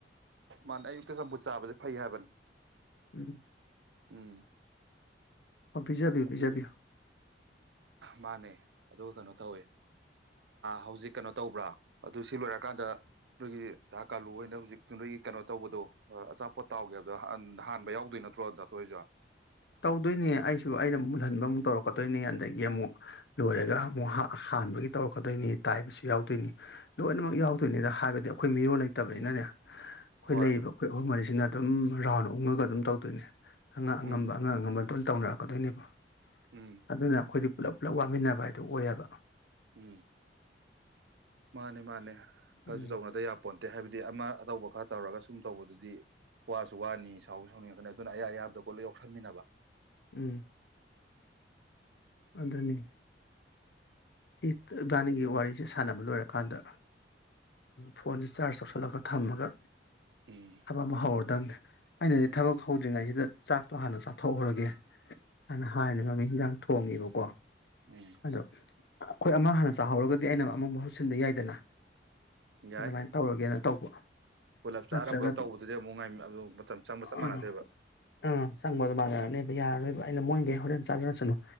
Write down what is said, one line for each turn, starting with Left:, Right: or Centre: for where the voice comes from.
Right: ꯃꯥꯅꯦ ꯑꯌꯨꯛꯇ ꯆꯝꯐꯨꯠ ꯆꯥꯕꯁꯦ ꯐꯩ ꯍꯥꯏꯕꯅꯤ
Left: ꯎꯝ
Right: ꯎꯝ꯫
Left: ꯑꯣ ꯄꯕꯤꯖꯕꯤꯌꯨ
Right: ꯑꯗꯨꯒꯤꯅꯤ
Left: - ꯄꯕꯤꯖꯕꯤꯌꯨ꯫
Right: ꯃꯥꯅꯦ ꯑꯗꯨꯒ ꯀꯩꯅꯣ ꯇꯧꯋꯦ ꯍꯧꯖꯤꯛ ꯀꯩꯅꯣ ꯇꯧꯕ꯭ꯔꯥ ꯑꯗꯨ ꯁꯤ ꯂꯣꯏꯔꯀꯥꯟꯗ ꯅꯣꯏꯒꯤ ꯗꯥ ꯀꯥꯂꯨ ꯑꯣꯏꯅ ꯍꯧꯖꯤꯛꯇ ꯅꯣꯏꯒꯤ ꯀꯩꯅꯣ ꯇꯧꯕꯗꯣ ꯍ ꯑꯆꯥꯄꯣꯠ ꯇꯥꯎꯒꯦꯕ ꯅꯍꯥꯟ ꯄꯥ ꯌꯥꯎꯗꯣꯏ ꯅꯠꯇ꯭ꯔꯣ ꯈꯣꯏꯖꯨ?
Left: ꯇꯧꯗꯣꯏꯅꯦ ꯑꯩꯁꯨ ꯑꯩꯅ ꯑꯃꯨꯛ ꯃꯨꯜꯍꯟꯕ ꯑꯃꯨꯛ ꯇꯧꯔꯛꯀꯗꯣꯏꯅꯤ ꯑꯗꯒꯤ ꯑꯃꯨꯛ ꯂꯣꯏꯔꯒ ꯑꯃꯨꯛ ꯍꯥꯟꯕꯒꯤ ꯇꯧꯔꯛꯀꯗꯣꯏꯅꯤ ꯇꯥꯏꯕꯁꯨ ꯌꯥꯎꯗꯣꯏꯅꯤ ꯂꯣꯏꯅꯃꯛ
Right: ꯎꯝ
Left: ꯌꯥꯎꯗꯣꯏꯅꯤꯗ ꯍꯥꯏꯕꯗꯤ ꯑꯩꯈꯣꯏ ꯃꯤꯔꯣꯜ ꯂꯩꯇꯕꯅꯤꯅꯅꯦ
Right: ꯎꯝ
Left: ꯑꯩꯈꯣꯏ
Right: ꯍꯣꯏ
Left: ꯂꯩꯔꯤꯕ ꯑꯩꯈꯣꯏ ꯑꯍꯨꯝ ꯃꯔꯤ ꯁꯤꯅ ꯑꯗꯨꯝ ꯔꯥꯎꯟ ꯑꯣꯛꯉꯒ ꯑꯗꯨꯝ ꯇꯧꯗꯣꯏꯅꯦ꯫ ꯑꯉꯝ
Right: ꯎꯝ
Left: - ꯑꯉꯝꯕ꯫ <unintelligible> ꯇꯧꯅꯔꯛꯀꯗꯣꯏꯅꯦꯕ
Right: ꯎꯝ
Left: ꯑꯗꯨꯅꯈꯣꯏꯗꯤ ꯄꯨꯜꯂꯞ ꯄꯨꯜꯂꯞ ꯋꯥꯃꯤꯟꯅꯕ ꯍꯥꯏꯗꯣ ꯑꯣꯏꯌꯦꯕ꯫
Right: ꯎꯝ꯫ ꯃꯥꯅꯦ ꯃꯥꯅꯦ꯫ ꯈꯔꯁꯨ
Left: ꯎꯝ
Right: ꯇꯧꯅꯗꯕ ꯌꯥꯄꯣꯟꯇꯦ ꯍꯥꯏꯕꯗꯤ ꯑꯃ ꯑꯇꯧꯕ ꯈꯔ ꯇꯧꯔꯒ ꯁꯨꯝ ꯇꯧꯕꯗꯨꯗꯤ ꯋꯥꯁꯨ ꯋꯥꯅꯤ ꯁꯥꯎꯖꯨ ꯁꯥꯎꯅꯤꯡꯉꯛꯀꯅꯤ ꯑꯗꯨꯅ ꯑꯌꯥ ꯑꯌꯥꯕꯗ ꯀꯣꯠꯂ ꯌꯥꯎꯁꯟꯃꯤꯟꯅꯕ꯫
Left: ꯎꯝ꯫ ꯑꯗꯨꯅꯤ꯫ ꯁꯤ ꯏꯕꯥꯅꯤꯒꯤ ꯋꯥꯔꯤꯁꯦ ꯁꯥꯟꯅꯕ ꯂꯣꯏꯔꯀꯥꯟꯗ ꯐꯣꯟꯁꯦ ꯆꯥꯔꯖ ꯆꯥꯎꯧꯁꯤꯜꯂꯒ ꯊꯝꯃꯒ
Right: ꯎꯝ
Left: ꯊꯕꯛ ꯑꯃ ꯍꯧꯔꯗꯝꯕꯅꯤ ꯑꯩꯅꯗꯤ ꯊꯕꯛ ꯍꯧꯗ꯭ꯔꯤꯉꯩꯁꯤꯗ ꯆꯥꯛꯇꯣ ꯍꯥꯟꯅ ꯆꯥꯊꯣꯛꯎꯔꯒꯦ ꯍꯥꯏꯅ ꯍꯥꯏꯅ ꯃꯃꯤ ꯌꯦꯟꯖꯥꯡ ꯊꯣꯡꯉꯦꯕꯀꯣ
Right: ꯎꯝ
Left: ꯍꯜꯂꯣ ꯑꯩꯈꯣꯏ ꯑꯃ ꯍꯥꯟꯅ ꯆꯥꯍꯧꯔꯒꯗꯤ ꯑꯩꯅ ꯑꯃꯨꯛ ꯃꯍꯨꯠ ꯁꯤꯟꯕ ꯌꯥꯏꯗꯅ꯫
Right: ꯌꯥꯏ
Left: ꯑꯗꯨꯃꯥꯏꯅ ꯇꯧꯔꯒꯦꯅ ꯇꯧꯕ
Right: ꯄꯨꯂꯞ ꯆꯥꯔ
Left: ꯅꯠꯇ꯭ꯔꯒꯗꯤ
Right: ꯄꯨꯜꯂꯞ ꯇꯧꯕꯗꯨꯗꯤ ꯑꯃꯨꯛ ꯉ ꯑꯗꯨ ꯃꯇꯝ ꯆꯪꯕ ꯆꯞ ꯃꯥꯟꯅꯗꯦꯕ꯫
Left: ꯑ ꯑꯥ ꯆꯪꯕꯗꯣ ꯃꯥꯟꯅꯔꯅꯦꯕ ꯌꯥꯔꯔꯣꯏꯕ ꯑꯩꯅ ꯃꯣꯏꯒꯩ ꯍꯣꯔꯦꯟ ꯆꯥꯟꯅꯔꯁꯅꯨ